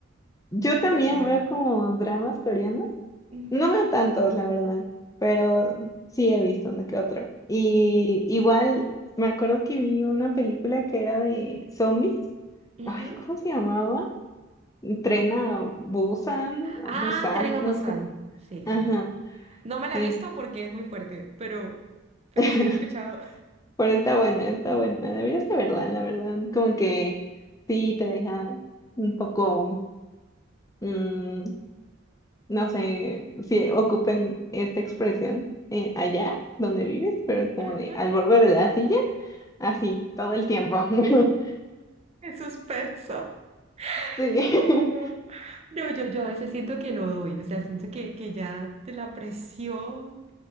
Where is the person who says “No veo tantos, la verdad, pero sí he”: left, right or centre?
Left